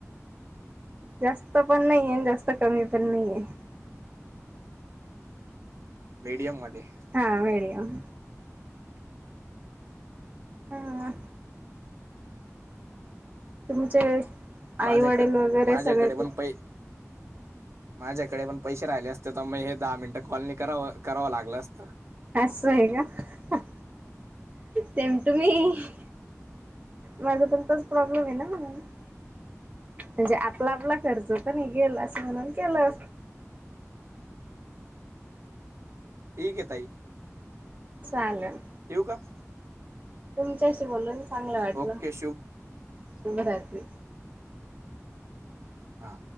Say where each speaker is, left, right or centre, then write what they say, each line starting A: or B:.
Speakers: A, on the right; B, on the right.
A: जास्त पण नाहिए. अन जास्त कमी पण नाहीये.
B: मीडियम मध्ये.
A: हां मिडीयम. हां. तुमचे
B: माझ्याक
A: आई वडील वगैरे
B: माझ्याकडे
A: सगळे
B: पण
A: ति-
B: पै माझ्याकडे पण पैसे राहिले असते तर मग हे दहा मिनटं कॉल नाई कराव, करावं लागलं असतं.
A: असंये का? ते मं तुम्ही- माझा पण तोच प्रॉब्लेम आहे नां म्हणून- म्हणजे आपला आपला खर्च तर निघेल. असं म्हणून केलं.
B: ठीक आहे ताई.
A: चालल.
B: ठेऊ कां?
A: तुमच्याशी बोलून चांगलं वाटलं.
B: ओके
A: शुभरात्री.
B: हां.